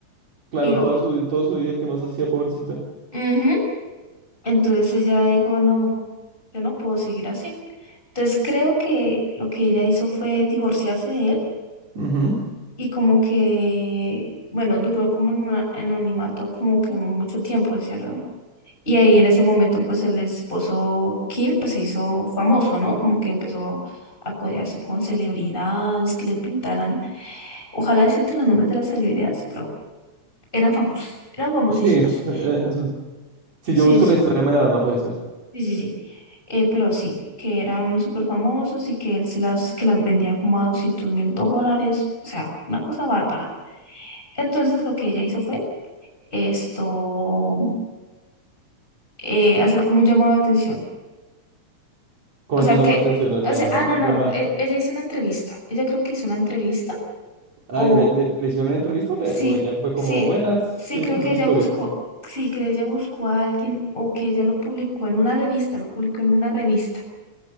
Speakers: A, on the right (about 55°); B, on the left (about 15°).
A: Claro,
B: Y yo,
A: toda su, todo su día, ¿qué más hacía, pobrecita?
B: ujú. Entonces ella dijo, no, yo no puedo seguir así. Entonces creo que lo que ella hizo fue divorciarse de él
A: Ujú,
B: y como que, bueno, duró como en un anonimato como que mucho tiempo, ¿cierto? Y ahí en ese momento, pues el esposo Kim, pues se hizo famoso, ¿no? Como que empezó a codearse con celebridades que le pintaran, ojalá decirte los nombres de las celebridades, pero eran famosos, eran famosísimos.
A: Sí. eh, eh, eso- si
B: Sí,
A: yo busco
B: sí,
A: la historia, me la van a aparecer.
B: sí, sí. sí. Eh, pero sí, que eran súper famosos y que él se las, que las vendía como a doscientos mil dólares, o sea, una cosa bárbara. Entonces lo que ella hizo fue esto, eh, hacer como un llamado de atención.
A: Como
B: O sea
A: así un
B: que,
A: llama atención? O
B: o
A: sea,
B: sea, ah, no, no,
A: llama.
B: e- ella hizo una entrevista. Ella creo que hizo una entrevista.
A: Ay,
B: O
A: ¿le, le, le hicieron una entrevista o, le-
B: sí,
A: o ya fue como,
B: sí,
A: buenas,
B: sí,
A: quiero
B: creo
A: contar
B: que
A: mi
B: ella
A: historia?
B: buscó, sí, que ella buscó a alguien o que ella lo publicó en una revista, lo publicó en una revista.